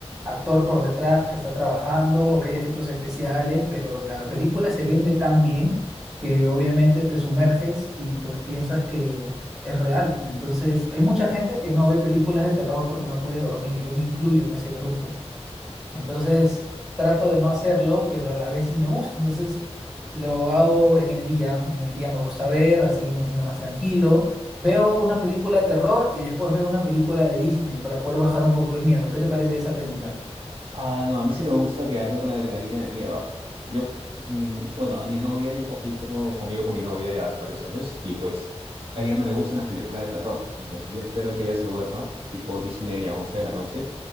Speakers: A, in the centre; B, on the right (about 55°).
A: actor por detrás que está trabajando o que hay efectos especiales, pero la película se vende tan bien que obviamente te sumerges y pues piensas que es real. Entonces, hay mucha gente que no ve películas de terror porque no puede dormir. y Yo me incluyo en ese grupo. Entonces, trato de no hacerlo, pero a la vez sí me gusta. Entonces, lo hago en el día. En el día me gusta ver, así me siento más tranquilo. Veo una película de terror y después veo una película de Disney para poder bajar un poco el miedo. ¿Qué te parece esa técnica?
B: Ah, no, a mí sí me gusta quedarme con la adrenalina del miedo, ¿ah? Yo, mm, bueno, a mi novia, yo, co- yo tengo conmigo con mi novia ya varios años y pues a ella no le gustan las películas de terror. Entonces yo espero que ella se duerma tipo 10 y media, 11 de la noche